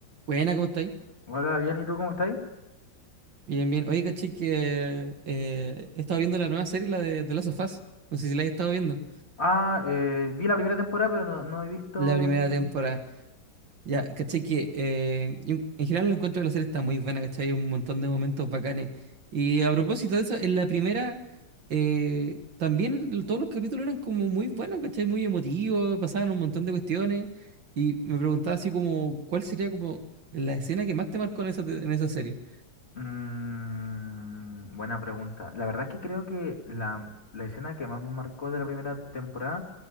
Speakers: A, on the right; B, on the left.
A: Buena, ¿cómo estáis?
B: Hola, bien, ¿y tú cómo estás?
A: Bien, bien. Oye, caché que eh, he estado viendo la nueva serie, la de, de Last of Us. No sé si la hayas estado viendo.
B: Ah, eh, vi la primera temporada, pero no, no he visto...
A: La primera temporada. Ya, caché que eh, yo en general lo encuentro que la serie está muy buena, caché. Hay un montón de momentos bacanes. Y a propósito de eso, en la primera eh, también l- todos los capítulos eran como muy buenos, caché, muy emotivos, pasaban un montón de cuestiones. Y me preguntaba así como, ¿cuál sería como la escena que más te marcó en esa, te- en esa serie?
B: Mm, buena pregunta. La verdad es que creo que la, la escena que más me marcó de la primera temporada